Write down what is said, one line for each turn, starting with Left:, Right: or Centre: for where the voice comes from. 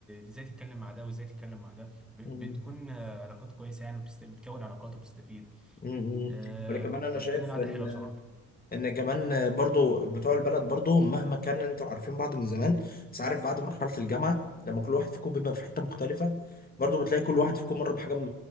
Centre: ازاي تتكلم مع ده وازاي تتكلم مع ده ب-
Left: مم.
Centre: بتكون آه، علاقات كويسه يعني وبتكون علاقات وبتستفيد
Left: مم. مم.
Centre: آه،
Left: ولا كمان انا
Centre: فبتكون
Left: شايف
Centre: القعده
Left: ان
Centre: حلوه بصراحه
Left: ان كمان برضو بتوع البلد برضو مهما كان انتوا عارفين بعض من زمان بس عارف بعد مرحلة الجامعة لما كل واحد فيكم بيبقى في حتة مختلفة برضو بتلاقي كل واحد فيكم مر بحاجة م...